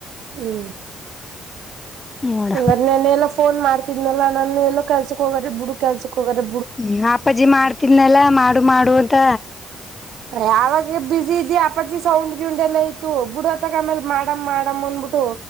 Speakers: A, on the right; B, on the left.
A: ಹ್ಮ್
B: ನೋಡ
A: ಹಂಗರೆ ನೆನ್ನೆ ಎಲ್ಲ ಫೋನ್ ಮಾಡ್ತಿದ್ನಲ್ಲಾ ನಾನ ಎಲ್ಲೋ ಕೆಲ್ಸಕ್ ಹೋಗರೆ ಬಿಡುಕ್ ಕೆಲ್ಸಕ್ ಹೋಗ್ರರ.
B: ಹ್ಮ ಅಪ್ಪಾಜಿ ಮಾಡ್ತಿದನಲ್ಲ ಮಾಡು ಮಾಡು ಅಂತ.
A: ಯಾವಾಗ ಬಜಿ ಇದಿ ಅಪ್ಪಾಜಿ ಸೌಂಡ್ ಗಿಂಡ ಎಲ್ಲ ಇಯತ್ತು ಬಿಡ ಅತ್ತಕ್ಕ ಆಮೇಲೆ. ಮಾಡಮ್ ಮಾಡಮ್ ಅನ್ಬಿಟ್ಟು